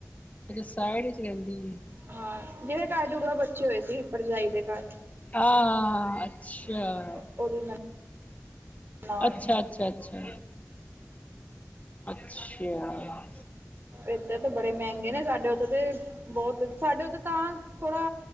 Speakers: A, on the left; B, on the right.
A: ਜਦ ਸਾਈਡ'ਚ ਰੇਂਦੀ।
B: ਹਾਂ, ਜਿਹਦੇ ਘਰ ਜੁੜਵਾ ਬੱਚੇ ਹੋਏ ਸੀ, ਭਰਜਾਈ ਦੇ ਘਰ।
A: ਆਹਾ ਹਾਂ ਅੱਛਾ।
B: ਹਮ ਉਹਦੀ ਨਨਾਣ
A: ਅੱਛਾ ਅੱਛਾ ਅੱਛਾ ਅੱਛਾ।
B: ਇੱਧਰ ਤਾਂ ਬੜੇ ਮਹਿੰਗੇ ਨੇ ਸਾਡੇ ੳੱਥੇ ਤੇ ਬਹੁਤ ਸਾਡੇ ੳੱਥੇ ਤਾਂ ਥੋੜਾ।